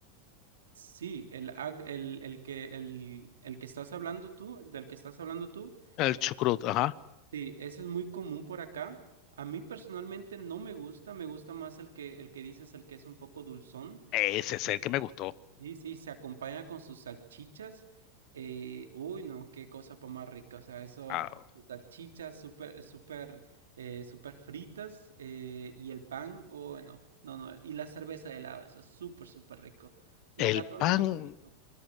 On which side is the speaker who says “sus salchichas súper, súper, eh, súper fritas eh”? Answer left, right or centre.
Right